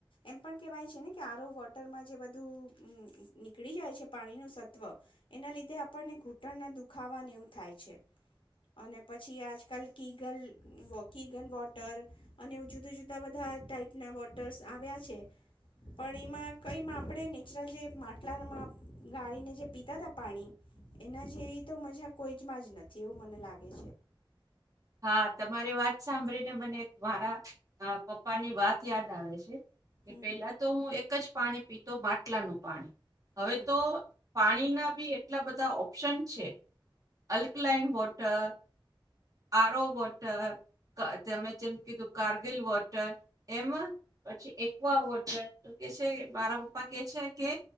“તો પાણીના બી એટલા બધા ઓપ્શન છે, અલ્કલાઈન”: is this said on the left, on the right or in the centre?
Right